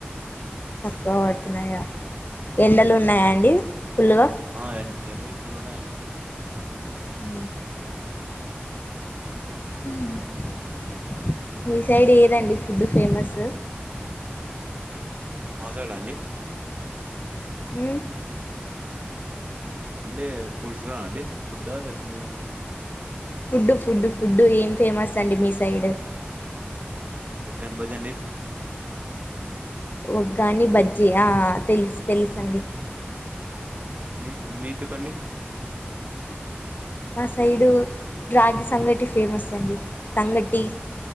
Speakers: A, on the left; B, on the right.
A: తక్కువ పడుతున్నాయా ఎండలు ఉన్నాయా అండి ఫుల్లుగా
B: ఆ ఎ ఎండలు ఫుల్ ఉన్నాయీ అండి
A: ఉ ఉహు డిసైడ్ ఏదండి ఫుడ్ ఫేమస్
B: మా సైడ్ ఆ అండి
A: ఉమ్
B: అంటే ఫుడ్స్ లోన అండి ఫుడ్ లేకుంటే ఏమండి
A: ఫుడ్డు ఫుడ్డు ఫుడ్డు ఏం ఫేమస్ అండి మీ సైడ్
B: ఉగ్గాని బజ్జి అండి
A: ఉగ్గాని బజ్జి ఆ తెలుసు తెలుసు అండి
B: మీ మీతుకండి
A: మా సైడు రాగి సంగటి ఫేమస్ అండి సంగటి